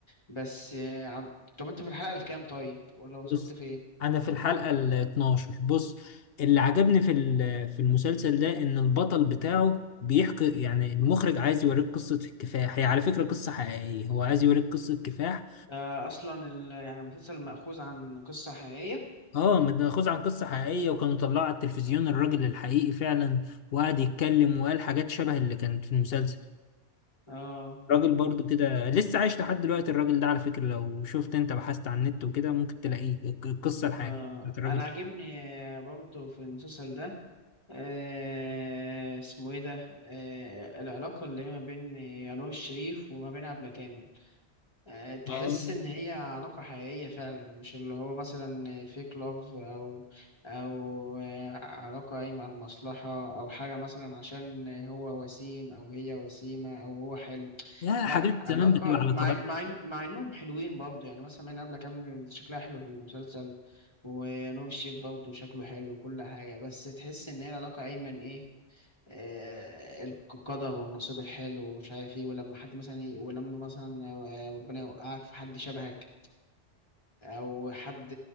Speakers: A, on the left (about 25°); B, on the left (about 55°).
A: بس آه عم- طب انت في الحلقه الكام طيب ولا وصلت
B: بص
A: فين
B: انا في الحلقة ال 12 بص اللي عجبني في ال- في المسلسل ده ان البطل بتاعه بيحكي يعني المخرج عايز يوريك قصة الكفاح هي على فكرة قصة حقيقية هو عايز يوريك قصة كفاح
A: ده اصلا ال... يعني المسلسل مأخوذ عن قصه حقيقيه
B: اه متاخوذ عن قصه حقيقيه وكانوا طلعوا على التلفزيون الراجل الحقيقي فعلا وقعد يتكلم وقال حاجات شبه اللي كانت في المسلسل
A: اه
B: راجل برضو كده لسه عايش لحد دلوقتي الراجل ده على فكره لو شفت انت بحثت عن النت وكده ممكن تلاقيه الق- القصه الحقيقيه
A: آه
B: بتاعت الراجل
A: انا عاجبني آه، برضو في المسلسل ده آه اسمه ايه ده آه العلاقة اللي ما بين يانوش شريف وما بين عبلة كامل آه تحس
B: اه
A: ان هي علاقة حقيقية فعلا مش اللي هو مثلا فيك لاف او او آه علاقة قايمة على المصلحة او حاجة مثلا عشان هو وسيم او هي وسيمة او هو حلو
B: لا
A: لا
B: حاجات زمان
A: علاقة
B: بتبقى على
A: مع
B: طبيعتها
A: مع مع انهم حلوين برضه يعني مثلا من قبل كامل شكلها حلو في المسلسل ونور الشريف برضه شكله حلو وكل حاجة بس تحس ان هي علاقة ايمن ايه آه، القدر والنصيب الحلو ومش عارف ايه ولما حد مثلا ي- ولما مثلا آه، ربنا يوقعك في حد شبهك او حد